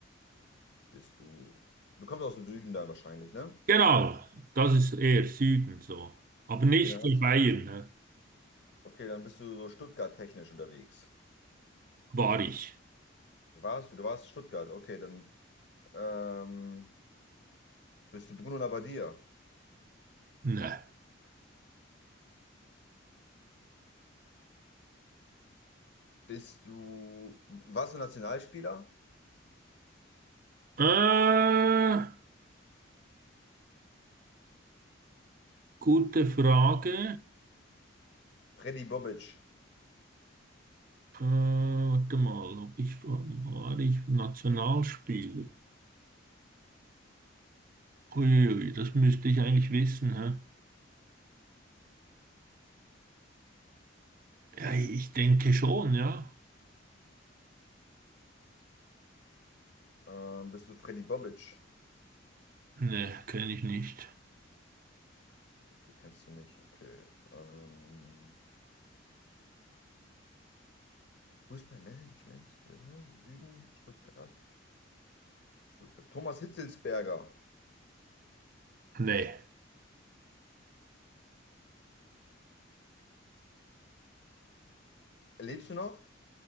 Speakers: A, on the left; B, on the right.
A: Bist du. Du kommst aus dem Süden dann wahrscheinlich, ne?
B: Genau, das ist eher Süden so. Aber nicht
A: Okay, dann hast,
B: in Bayern, ne?
A: okay, dann bist du so Stuttgart-technisch unterwegs.
B: War ich.
A: Warst du? Du warst Stuttgart. Okay, dann ähm, bist du Bruno Labbadia.
B: Nein.
A: Bist du. Warst du Nationalspieler?
B: Äh, gute Frage.
A: Freddy Bobic.
B: Äh, warte mal, ob ich war ich Nationalspieler? Uiuiui, das müsste ich eigentlich wissen, hä? Ja, ich denke schon, ja.
A: Ähm, bist du Freddy Bobic?
B: Ne, kenne ich nicht.
A: Okay, kennst du nicht. Okay. Ähm, Fußballmanagement? Äh, Süden, Stuttgart. Stuttgart. Thomas Hitzelsberger.
B: Nee.
A: Lebst du noch?